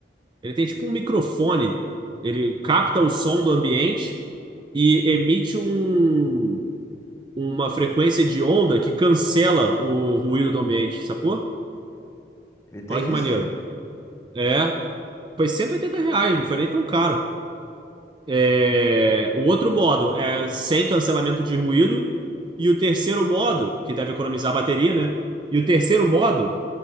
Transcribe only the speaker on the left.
Ele tem
isso?